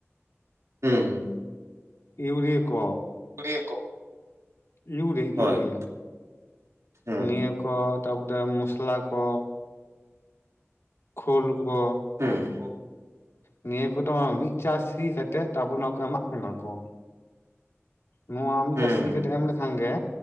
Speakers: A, on the right; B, on the left.
A: ᱦᱩᱸ ᱦᱩᱸ
B: ᱤᱭᱩᱨᱤᱭᱟᱹ ᱠᱚ᱾
A: ᱤᱭᱩᱨᱤᱭᱟᱹ ᱠᱚ᱾
B: ᱤᱭᱩᱨᱮ
A: ᱦᱳᱭ
B: ᱤᱭᱩᱨᱤᱭᱟ
A: ᱦᱩᱸ
B: ᱱᱤᱭᱟᱹ ᱠᱚ ᱛᱟᱨᱯᱚᱨᱮ ᱢᱚᱥᱞᱟ ᱠᱚ, ᱠᱷᱩᱞ ᱠᱚ,
A: ᱦᱮᱸ
B: ᱱᱤᱭᱟᱹ ᱠᱚᱫᱚ ᱢᱤᱫ ᱪᱟᱥ ᱥᱤ ᱠᱟᱛᱮᱫ ᱛᱟᱨᱯᱚᱨ ᱚᱱᱟ ᱠᱚᱨᱮ ᱮᱢᱟᱜ ᱠᱟᱱᱟ ᱠᱚ᱾
A: <unintelligible>
B: ᱱᱚᱣᱟ ᱢᱤᱫ
A: ᱦᱩᱸ
B: ᱪᱟᱹᱥ ᱥᱤ ᱠᱟᱛᱮᱫ ᱮᱢ ᱞᱮᱠᱷᱟᱱ ᱜᱮ